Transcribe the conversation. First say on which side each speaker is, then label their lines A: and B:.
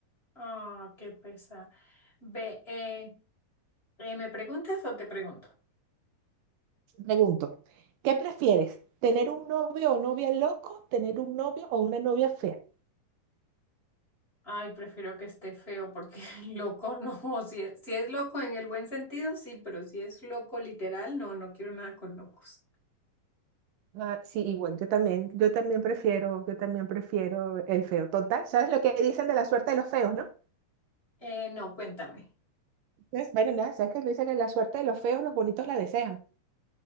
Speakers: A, on the left (about 15°); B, on the right (about 80°).
A: Ah, qué pesar. Ve, eh, eh, ¿me preguntas o te pregunto?
B: Pregunto, ¿qué prefieres? ¿Tener un novio o novia loco? ¿Tener un novio o una novia fea?
A: Ay, prefiero que esté feo porque <laughs> loco no. Si es, si es loco en el buen sentido, sí, pero si es loco literal, no, no quiero nada con locos.
B: Ah, sí, igual, yo también, yo también prefiero, yo también prefiero el feo. Total, ¿sabes lo que dicen de la suerte de los feos, no?
A: Eh, no, cuéntame.
B: Entonces, bueno, nada, ¿sabes que Dicen que la suerte de los feos, los bonitos la desean.